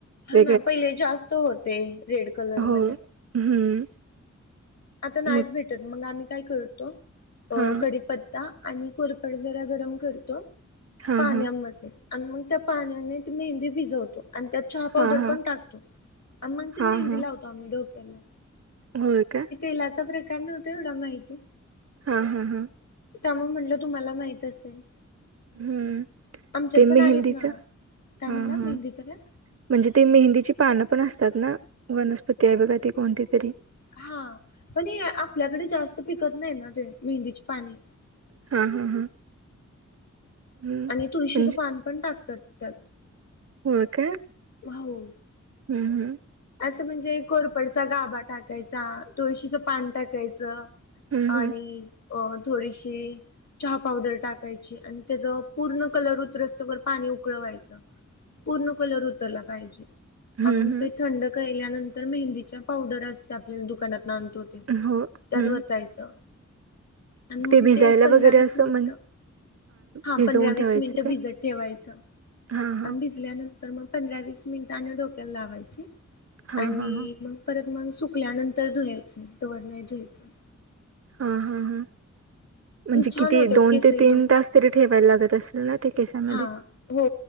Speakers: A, on the left (about 60°); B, on the right (about 55°).
A: हा
B: व
A: ना पहिले जास्त होते रेड कलर
B: हो
A: मध्ये.
B: हम्म.
A: आता नाहीत
B: मग
A: भेटत मग आम्ही काय करतो अ
B: हा
A: कढीपत्ता आणि कोरपड जरा गरम करतो
B: हा
A: पाण्यामध्ये.
B: हा
A: आणि मग त्या पाण्याने ती मेहंदी भिजवतो. आणि त्यात चहा
B: हा
A: पावडर
B: हा
A: पण टाकतो आणि मग त
B: हा
A: मेहंदी
B: हा
A: लावतो आम्ही डोक्याला.
B: होय काय?
A: फूलाचा प्रकार नव्हतो एवढा माहिती.
B: हा हा हा.
A: त्यामुळ म्हटलं तुम्हाला माहित असेल?
B: हम्म.
A: आमच्यात
B: ते मेहंदीच
A: पण आहेत ना
B: हा
A: काय म्हणला
B: हा
A: मेहंदीचं काय
B: म्हणजे ते मेहंदीची पानं पण असतात ना वनस्पती आहे बघा ती कोणती तरी?
A: हा पण हे आपल्याकडे जास्त पिकत नाही ना ते मेहंदीचे पाने!
B: हा हा हा. हम्म
A: आणि तुळशीचं
B: म्हणजे
A: पान पण टाकतात त्यात.
B: होय काय?
A: होऊ!
B: हम् हम्.
A: असं म्हणजे कोरपडचा गाभा टाकायचा तुळशीचं पान टाकायचं.
B: हम्म
A: आणि अ थोडीशी चहा पावडर टाकायची आणि त्याचा पूर्ण कलर उतरस्त वर पाणी उकळवायचं. पूर्ण कलर उतरला पाहिजे.
B: हम्म
A: मग
B: हम्म.
A: ते थंड केल्यानंतर मेहंदीच्या पावडर असता आपल्या दुकानात आ णतो ते,
B: हम्म हो हम्म
A: त्यात वतायच आणि मग
B: भिजायला
A: ते पंधरा
B: वगैरे
A: वीस
B: असं
A: मिनिट
B: म्हण
A: हा
B: भिजवून
A: पंधरा
B: ठेवायचं
A: वीस मिनिट
B: काय
A: भिजत ठेवायचं.
B: हा हा
A: आणि भिजल्यानंतर तर मग पंधरा वस मिनिट डोक्याला लावायची,
B: हा
A: आणि
B: हा हा
A: मग परत मग सुकल्यानंतर धुवायचं तवर नाही धुवायचं.
B: हा हा हा म्हणजे
A: छान
B: किती
A: होतात
B: दोन
A: केस
B: ते
A: एकदम
B: तीन तास तरी ठेवायला लागत असेल ना? ते केसामध्ये
A: हा हो